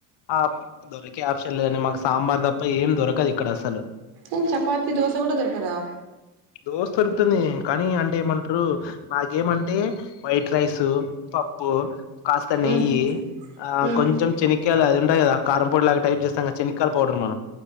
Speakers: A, on the left; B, on the right.
A: ఆ దొరికే ఆప్షన్ లేదండి. మాకు సాంబార్ తప్ప ఏం దొరకదు ఇక్కడ అసలు
B: ఏ చపాతీ దోశ కూడా దొరుకదా
A: దోశ దొరుకుతుంది. కానీ అంటే ఏమంటారు మాకేమంటే వైట్ రైస్ పప్పు కాస్త నెయ్యి
B: ఉమ్
A: ఆ
B: ఉమ్
A: కొంచెం శనక్కయల అది ఉంటాది. కదా కారం పొడి లాగా టైప్ చేస్తాం. శనక్కయల పౌడర్ మనం